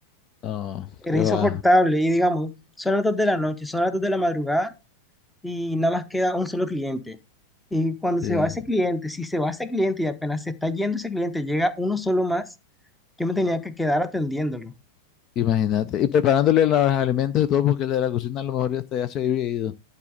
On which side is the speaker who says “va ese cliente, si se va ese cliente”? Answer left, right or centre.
Centre